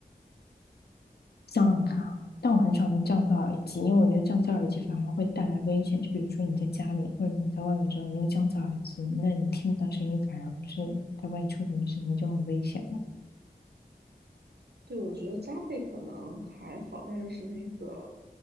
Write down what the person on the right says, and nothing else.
对，我觉得家里可能还好，但是那个